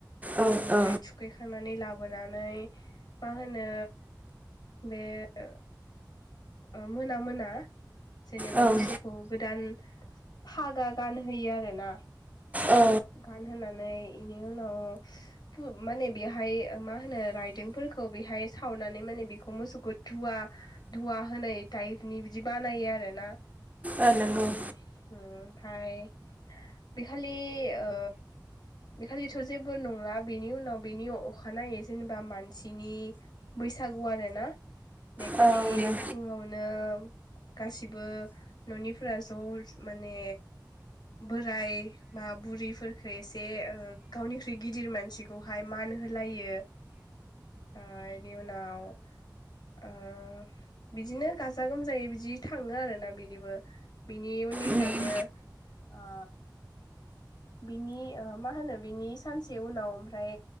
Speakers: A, on the right; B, on the left.
A: ओ औ
B: ओमफाय
A: औ
B: थुखैखांनानै लाब बोनानै मा होनो बे ओ ओ मोना मोना जेनेबा
A: ओं
B: मोसौखौ गोदान फागा गानहैयो आरो ना
A: औ
B: गानहोनानै इनि उनाव पु माने बेहाय ओ मा होनो रायदों फोरखौ बेहाय सावनानै माने बेखौ मोसौखौ धुवा धुवा होनाय टाइपनि बिदि बानायो आरो ना।
A: ओ नंगौ
B: उम उम। फाय बिखालि ओ बे खालिथ' जेबो नंला बेनि उनाव बेनि अखानायै जेनेबा मानसिनि बैसागु आरो ना। बेखालि
A: औ नों ओ
B: फुङावनो गासिबो न'निफोरा ज' माने बोराय बा बुरै फोरखो एसे ओ गावनिख्रुइ गिदिर मानसिखौहाय मान होलायो ओ इनि उनाव ओ बिदिनो गाजा -गोमजायै बिदि थाङो आरोना बिनिबो बिनि उननिफ्रायनो
A: उम
B: आ बिनि ओ मा होनो बिनि सानसे उनाव ओमफ्राय